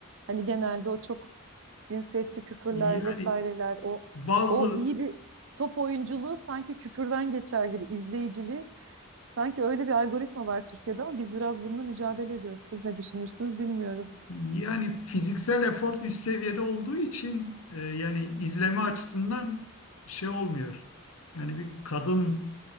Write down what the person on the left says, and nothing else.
Yani
bazı
Yani fiziksel efor üst seviyede olduğu için e, yani izleme açısından şey olmuyor. Yani bir kadın